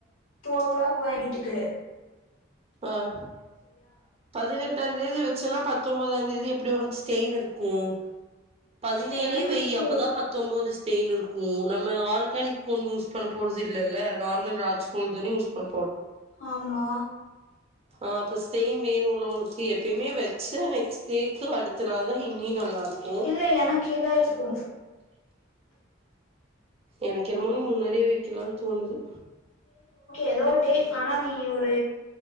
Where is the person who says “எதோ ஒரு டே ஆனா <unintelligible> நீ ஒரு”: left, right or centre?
Left